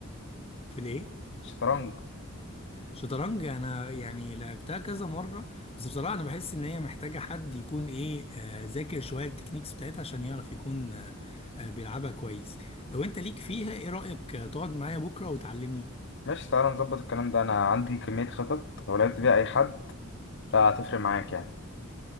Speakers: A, on the left; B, on the left.
A: <laughs> في ليه؟
B: شطرنج
A: شطرنج انا يعني لعبتها كذا مره بس بصراحه انا بحس ان هي محتاجه حد يكون ايه آه، ذاكر شويه التكنيكس بتاعتها عشان يعرف يكون آه، آه، بيلعبها كويس لو انت ليك فيها ايه رايك آه، تقعد معايا بكره وتعلمني
B: ماشي تعالى نظبط الكلام ده أنا عندي كمية خطط لو لعبت بيها أي حد لا هتفرق معاك يعني